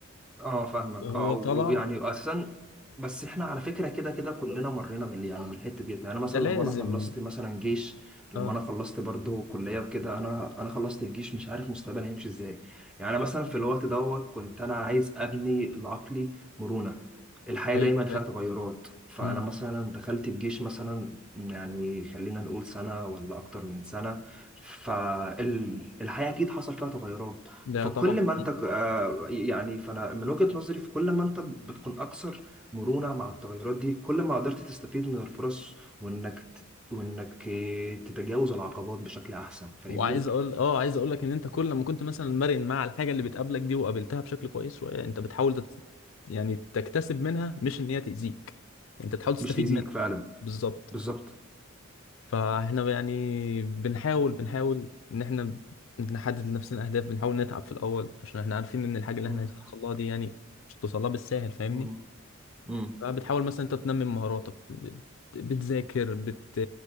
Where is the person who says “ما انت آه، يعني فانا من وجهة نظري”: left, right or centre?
Centre